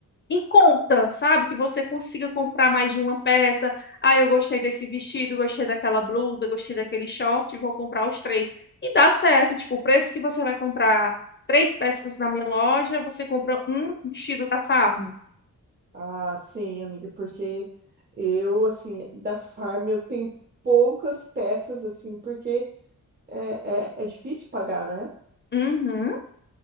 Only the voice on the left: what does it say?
em conta, sabe? Que você consiga comprar mais de uma peça. Ah, eu gostei desse vestido, gostei daquela blusa, gostei daquele short, vou comprar os três. E dá certo, tipo, o preço que você vai comprar três peças na minha loja, você compra um vestido da Farm.
Uhum,